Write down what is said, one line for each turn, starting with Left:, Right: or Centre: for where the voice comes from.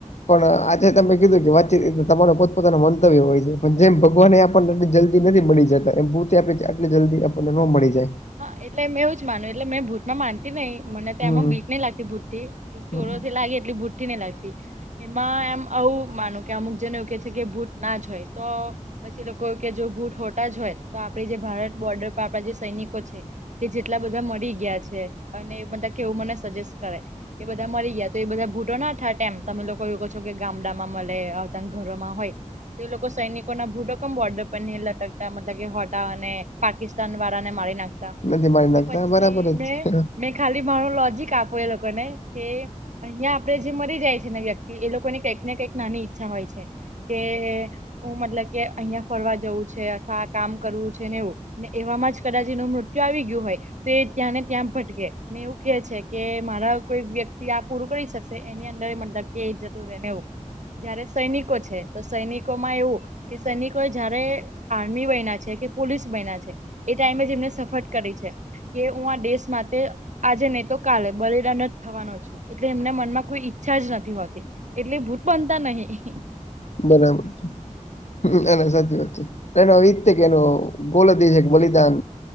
Left: પણ આજે તમે કીધું કે વાતચીત તમારા પોત પોતાનાનું મંતવ્ય હોય છે પણ જેમ ભગવાનને પણ જલ્દી નથી મળી જતા એમ ભૂ આપ આટ જલ્દી આપણને નો મળી જાય
Right: હા એટલે મેંવું જ માનું એટલે મેં ભૂતમાં માનતા કે નહીં મને
Left: હમ
Right: એમાં બીક નહી લાગતી ભૂતથી
Left: હમ
Right: ચોરોથી લાગે એટલી ભૂતથી નહીં લાગતી એમાં એમ આવું માનું કે અમુક જને એવું કે છે કે ભૂત ના જ હોય તો પછી લોકો કે જો ભૂત હોતા જ હોય તો આપે જે ભારત બોર્ડર પર આપડા જે સૈનિકો કે જેટલા બધા મળી ગયા છે અને બધા કેવું મને સજેસ્ટ કરે એ બધા મરી ગયા તો એ બધા ભૂટો ના થાય મ તમે લોકો એવું કો છો કે ગામડામાં મળે આવતા ઘરોમાં હોય તે લોકો સૈનિકોના ભૂડકમ બોર્ડ પર બનેલા લટકતા મતલબ કે હટાવા અને પાકિસ્તાન વાળાને મારી નાખતા
Left: તને મારી નાખતા
Right: તો પછી
Left: બરાબર જ
Right: મેં
Left: છે
Right: મેં ખાલી મારું લોજિક આપું એ લોકોને કે અહિયાં આપડે જે મરી જાય છે ને વ્યક્તિ એ લોકોની કંઈક ને કંઈક નાની ઈચ્છા હોય છે કે હું મતલબ કે અહિયાં ફરવા જવું છે અથવા કામ કરવું છે ને એવું ને એવામાં જ કદાચ એનું મૃત્યુ આવી ગયું હોય તો એ ત્યાં ને ત્યાં ભટકે ને એવું કે છે કે મારા કોઈ વ્યક્તિ આ પૂરું કરી શકશે એની અંદર મતલબ કે એ જતું રે ને એવું જયારે સૈનિકો છે તો સૈનિકો માં એવું કે સૈનિકો એ જયારે આર્મી બન્યા છે કે પોલીસ બન્યા છે એ ટાઈમે એમને સફળ કરે છે કે હું આ દેશ માટે આજે નહી તો કાલે બલિદાન જ થવાનો છું એટલે એમને મનમાં કોઈ ઈચ્છા જ નથી હોતી એટલે ભૂત બનતા નહીં
Left: બરાબર છે એના સાચી વાત છે એનો અદિત્ય કે એનો ગોલ એ છે કે બલિદાન